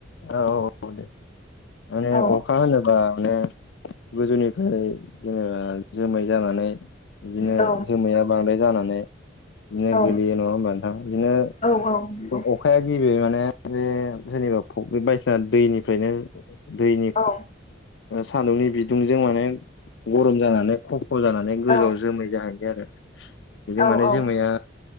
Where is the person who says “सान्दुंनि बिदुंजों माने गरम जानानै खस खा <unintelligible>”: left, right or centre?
Left